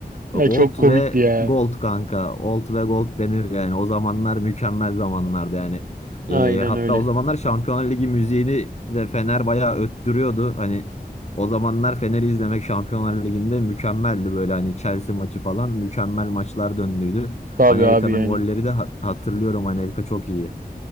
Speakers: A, on the left; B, on the right.
A: Old
B: Ya, çok komikti
A: ve
B: ya.
A: Gold kanka. Old ve Gold denir yani. O zamanlar mükemmel zamanlardı yani.
B: Aynen
A: Ee, hatta
B: öyle.
A: o zamanlar Şampiyonlar Ligi müziğini de Fener bayağı öttürüyordu. Hani o zamanlar Fener'i izlemek Şampiyonlar Ligi'nde mükemmeldi böyle hani Chelsea maçı falan mükemmel maçlar döndüydü.
B: Tabii
A: Anelka'nın
B: abi aynen.
A: golleri de ha- hatırlıyorum. Anelka çok iyi.